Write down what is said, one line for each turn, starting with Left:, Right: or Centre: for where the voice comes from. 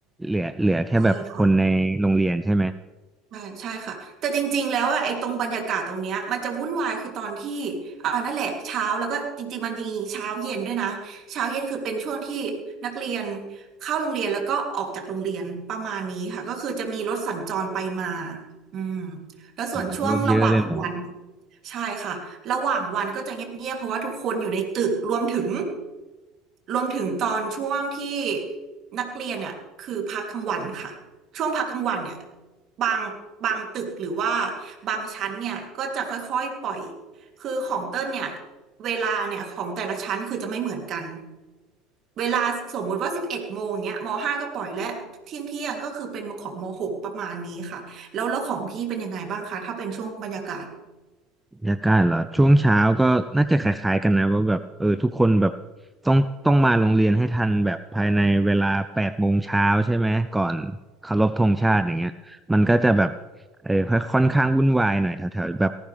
Centre: เหลือเหลือแค่แบบคนในโรงเรียนใช่ไหม
Right: ใช่ค่ะ ใช่ใช่ค่ะแต่จริงๆแล้วอะไอ้ตรงบรรยากาศตรงเนี้ยมันจะวุ่นวายคือตอนที่อ่านั่นแหละเช้าแล้วก็จริงๆมันมีเช้าเย็นด้วยนะเช้าเย็นคือเป็นช่วงที่นักเรียนเข้าโรงเรียนแล้วก็ออกจากโรงเรียนประมาณนี้ค่ะก็คือจะมีรถสัญจรไปมาอืมแล้วส่วนช่วงระหว่างวัน
Centre: โอ้โหรถเยอะเลยเหรอ
Right: ใช่ค่ะระหว่างวันก็จะเงียบๆเพราะว่าทุกคนอยู่ในตึกรวมถึงรวมถึงตอนช่วงที่นักเรียนเนี่ยคือพักกลางวันค่ะช่วงพักกลางวันเนี่ย บางบางตึกหรือว่าบางชั้นเนี่ยก็จะค่อยๆปล่อยคือของเต้นเนี่ยเวลาเนี่ยของแต่ละชั้นคือจะไม่เหมือนกันเวลาสมมุติว่าสิบเอ็ดโมงเนี้ยมห้าก็ปล่อยและเที่ยงเที่ยงก็คือเป็นของมหกประมาณนี้ค่ะแล้วแล้วของพี่เป็นยังไงบ้างคะถ้าเป็นช่วงบรรยากาศ
Centre: บรรยากาศเหรอช่วงเช้าก็น่าจะคล้ายๆกันนะว่าแบบเออทุกคนแบบต้องต้องมาโรงเรียนให้ทันแบบภายในเวลาแปดโมงเช้าใช่ไหมก่อนเคารพธงชาติอย่างเงี้ยมันก็จะแบบเออค่อยค่อนข้างวุ่นวายหน่อยแถวๆแบบ